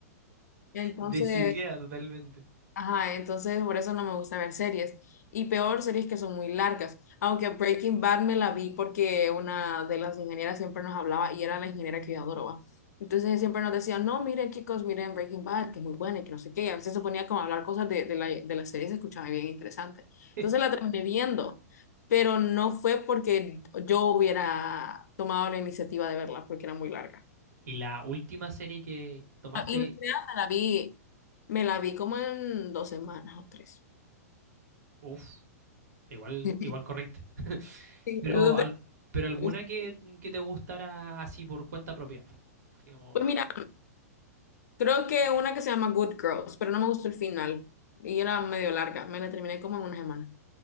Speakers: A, on the left; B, on the right.
A: Entonces,
B: Decidida totalmente.
A: Ajá, entonces por eso no me gusta ver series. Y peor, series que son muy largas. Aunque Breaking Bad me la vi porque una de las ingenieras siempre nos hablaba y era la ingeniera que yo adoraba Entonces siempre nos decía, no, miren chicos, miren Breaking Bad, que es muy buena y que no sé qué. Y a veces se ponía como a hablar cosas de, de la, de la serie, se escuchaba bien interesante. Entonces
B: <laughs>
A: la terminé viendo, pero no fue porque yo hubiera tomado la iniciativa de verla porque era muy larga.
B: Y la última serie que tomaste,
A: Y no creas, me la vi, me la vi como en dos semanas o tres.
B: uff, igual,
A: <laughs>
B: igual corriste.
A: Sí,
B: Pero,
A: luego
B: al- pero alguna
A: Pues
B: que, que te gustara así por cuenta propia. Así como,
A: mira, creo que una que se llama Good Girls, pero no me gustó el final. Y era medio larga. Me la terminé como en una semana.